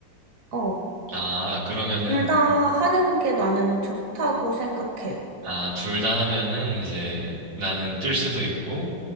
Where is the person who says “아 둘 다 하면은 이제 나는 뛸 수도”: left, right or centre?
Right